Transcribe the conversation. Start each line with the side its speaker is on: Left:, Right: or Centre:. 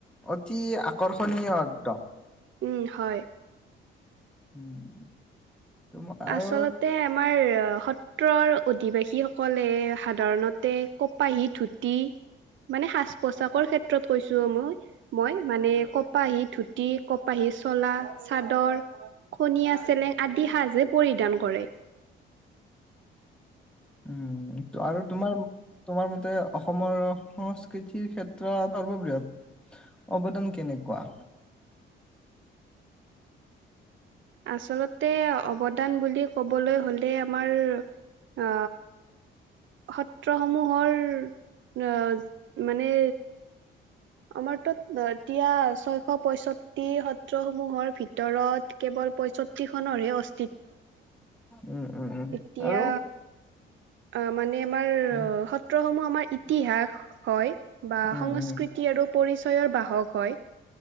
Centre: অতি আকৰ্ষণীয় একদম।
Right: উম, হয়।
Centre: উম তোম আৰু
Right: আচলতে আমাৰ আ সত্ৰৰ অধিবাসীসকলে সাধাৰণতে কপাহী, ধুতি, মানে সাজ-পোছাকৰ ক্ষেত্ৰত কৈছো অ মই। মই মানে কপাহী ধুত তি কপাহী চলা, চাদৰ, খনীয়াা, চেলেং আদি সাজ দান কৰে
Centre: উম উ আৰু তোমাৰ, তোমাৰ মতে অসমৰ সংস্কৃত কৃিৰ ক্ষেত্ৰত সৰ্ববৃহৎ অৱদান কেনেকুৱা?
Right: আচলতে অৱদান বুলি কবলৈ হ'লে আমাৰ আহ সত্ৰসমূহৰ আহ মানে আমাৰ তত এতিয়া ছয়শ পয়চ তি সত্ৰসমূহৰ ভিতৰত কেৱল পয়ষষ্ঠিখনৰহে অ
Centre: উম, উম উম
Right: এতিয়া
Centre: আৰু
Right: অ মানে আমাৰ
Centre: উম
Right: সত্ৰসমূহ আমাৰ ইতিহাস হয় বা
Centre: উম
Right: সংস্কৃতি
Centre: উম
Right: আৰু প পৰিচয়ৰ বাহক হয়।